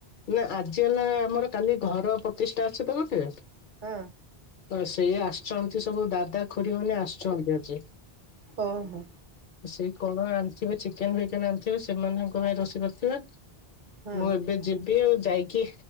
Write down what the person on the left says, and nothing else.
ନା ଆଜି ହେଲା ଆମର କାଲି ଘର ପ୍ରଚିଷ୍ଠା ଅଛିତ ଗୋଟେ।
ହଁ ସେଇ ଆସୁଛନ୍ତି ସବୁ ଦାଦା ଖୁୁଡି ମାନେ ଆସୁଛନ୍ତି ଆଜି।
ସେଇ କଣ ଆଣିଥିବେ ଚିକେନ ଫିକେନ ଆଣିଥିବେ ସେମାନଙ୍କ ପାଇଁ ରୋଷେଇ କରିଥିବେ।
ମୁଁ ଏବେ ଯିବି ଆଉ ଯାଇକି